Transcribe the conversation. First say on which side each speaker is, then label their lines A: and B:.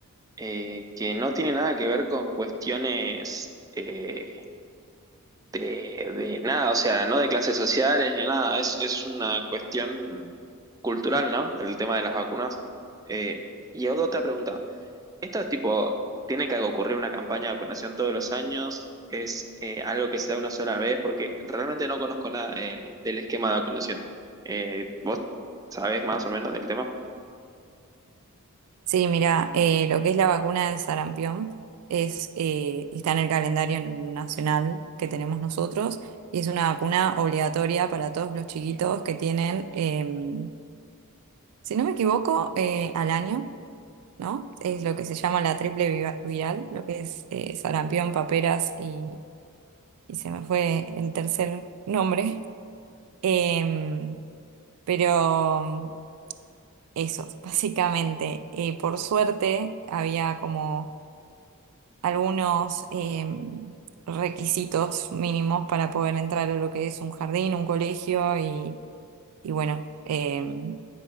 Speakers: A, on the right; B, on the right.
A: eh, que no tiene nada que ver con cuestiones eh, de, de nada, o sea, no de clases sociales ni nada, es, es una cuestión cultural, ¿no? El tema de las vacunas. Eh, y hago otra pregunta, ¿esto es tipo, tiene que ocurrir una campaña de vacunación todos los años? ¿Es eh, algo que se da una sola vez? Porque realmente no conozco nada del, del esquema de vacunación. Eh, ¿vos sabés más o menos del tema?
B: Sí, mira, eh, lo que es la vacuna de sarampión es, eh, está en el calendario nacional que tenemos nosotros y es una vacuna obligatoria para todos los chiquitos que tienen, em, si no me equivoco, eh, al año. ¿no? Es lo que se llama la triple viva- viral, lo que es eh, sarampión, paperas y, y se me fue el tercer nombre. Em, pero eso, <laughs> básicamente, Eh, por suerte había como algunos em, requisitos mínimos para poder entrar a lo que es un jardín, un colegio y, y bueno, em,